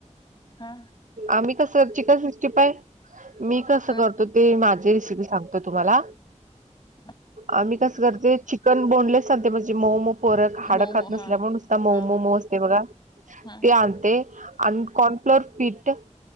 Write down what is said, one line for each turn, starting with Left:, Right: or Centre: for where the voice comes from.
Left: हा
Right: आम्ही कस चिकन सिकस्टी फय मी कसं
Left: का
Right: करतो. ते माझी रेसिपी सांगतो तुम्हाला
Left: ह
Right: आम्ही कसं करते चिकन बोनलेस सांते म्हणजे मोम. पोरक हाड
Left: मऊ
Right: खात
Left: मऊ
Right: नसल्यामुळे
Left: हा
Right: नुसता मऊ
Left: हा
Right: मम असते बघा
Left: हा
Right: ते आणते. आणि कॉर्नफ्लोर पिट